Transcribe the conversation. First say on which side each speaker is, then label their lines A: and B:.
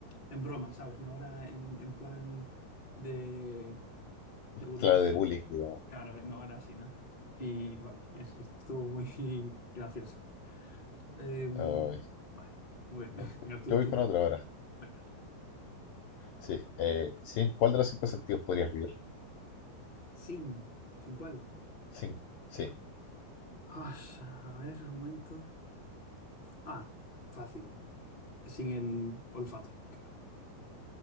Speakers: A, on the left; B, on the left.
A: en broma, ¿sabes? No era en, en plan de de burlarse.
B: claro, de bullying, digamos.
A: Claro, no era así, ¿no? Y bueno, eso est- estuvo muy <laughs> gracioso. Em,
B: Ay,
A: vale, muy
B: no,
A: bien. <laughs> Venga,
B: yo
A: tu
B: voy
A: turno.
B: con otra ahora.
A: Venga.
B: Sí, eh, sí, ¿cuál de los cinco sentidos podrías vivir?
A: Sin. ¿Sin cuál?
B: Sí, sí,
A: Ah, a ver, un momento. Ah, fácil. Sin el olfato, creo.